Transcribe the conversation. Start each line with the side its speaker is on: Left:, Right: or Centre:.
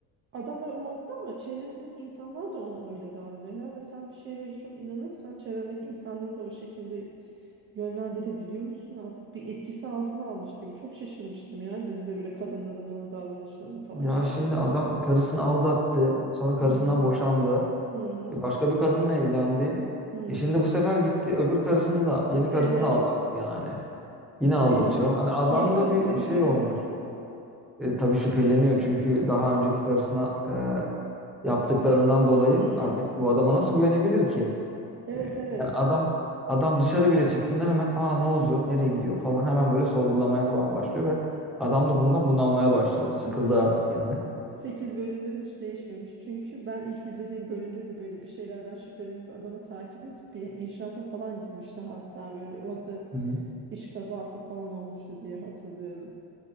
Right: adam o modda ama çevresindeki insanlar da ona öyle davranıyor. Herhalde sen bir şeye böyle çok inanırsan çevrendeki insanları da o şekilde yönlendirebiliyor musun artık? Bir etkisi altına almış gibi. Çok şaşırmıştım ya dizide böyle kadınların ona davranışlarını falan
Centre: Ya
Right: şey
Centre: şimdi
Right: yapıyor.
Centre: adam karısını aldattı. Sonra karısından
Right: Hı
Centre: boşandı.
Right: hı
Centre: E, Başka bir kadınla evlendi.
Right: hı.
Centre: E şimdi bu sefer gitti öbür karısını da yeni
Right: Evet.
Centre: karısını da aldattı yani. Yine aldatıyor.
Right: Peki
Centre: Hani adam
Right: yeni karısı
Centre: da bir
Right: biliyor
Centre: şey olmuş.
Right: mu?
Centre: E, tabii şüpheleniyor çünkü daha önceki karısına e, yaptıklarından dolayı
Right: Hmm.
Centre: artık bu adama nasıl güvenebilir ki?
Right: Evet
Centre: E,
Right: evet.
Centre: yani adam adam dışarı bile çıktığında hemen aa ne oluyor? Nereye gidiyor falan hemen böyle sorgulamaya falan başlıyor ve adam da bundan bunalmaya başladı. Sıkıldı
Right: O zaman
Centre: artık yani.
Right: sekiz bölümden hiç değişmemiş. Çünkü ben ilk izlediğim bölümde de böyle bir şeylerden şüphelenip adamı takip edip bir inşaata falan gitmişti. Hatta böyle orada
Centre: Hı hı.
Right: iş kazası falan olmuştu diye hatırlıyorum.